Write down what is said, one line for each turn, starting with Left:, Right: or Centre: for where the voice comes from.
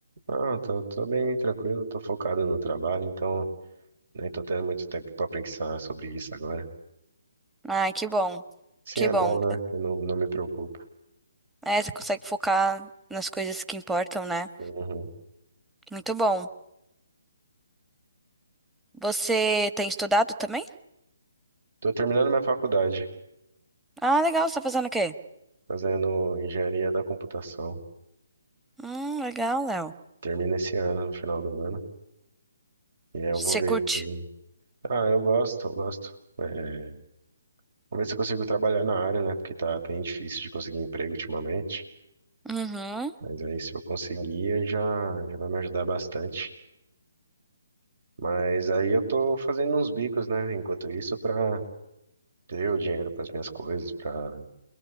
Right: Ah, tô, tô bem tranquilo, tô focado no trabalho, então nem tô tendo muito tempo pra pensar sobre isso agora.
Centre: Ai, que bom.
Right: Sim,
Centre: Que
Right: é
Centre: bom.
Right: bom, né? Eu não, não me preocupo.
Centre: É, você consegue focar nas coisas que importam, né?
Right: Uhum.
Centre: Muito bom. Você tem estudado também?
Right: Tô terminando minha faculdade.
Centre: Ah, legal. Você tá fazendo o quê?
Right: fazendo engenharia da computação.
Centre: Hum, legal, Léo.
Right: Termina esse ano, no final do ano. E aí eu
Centre: Você
Right: vou ver.
Centre: curte?
Right: se- Ah, eu gosto, eu gosto. É, vamos ver se eu consigo trabalhar na área, né? Porque tá bem difícil de conseguir emprego ultimamente.
Centre: Uhum.
Right: Mas aí se eu conseguir, aí já, já vai me ajudar bastante. Mas aí eu tô fazendo uns bicos, né? Enquanto isso, pra ter o dinheiro para as minhas coisas, pra